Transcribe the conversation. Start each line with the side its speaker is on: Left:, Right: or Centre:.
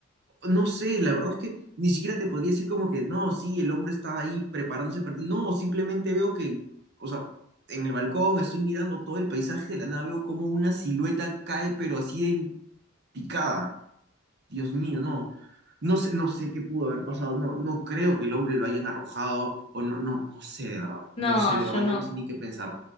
Right: no sé, la verdad es que ni siquiera te podría decir como que, no, sí, el hombre está ahí preparándose para ti. No, simplemente veo que, o sea, en el balcón estoy mirando todo el paisaje de la nave, veo como una silueta cae, pero así de en picada. Dios mío, no. No sé, no sé qué pudo haber pasado. No, no creo que el hombre lo hayan arrojado. O no, no, no sé de verdad.
Left: no,
Right: No sé, de
Left: yo
Right: verdad, ya
Left: no,
Right: no No, sé ni qué pensar.